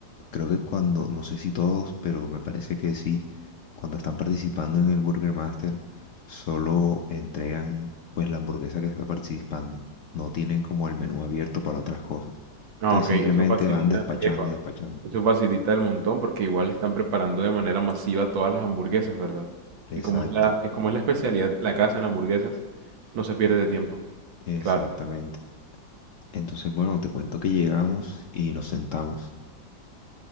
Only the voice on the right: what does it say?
Ah,
ok,
eso facilita,
epa,
eso facilita el montón porque igual están preparando de manera masiva todas las hamburguesas, ¿verdad?
Y como es la, es como es la especialidad de la casa en hamburguesas, no se pierde de tiempo,
claro.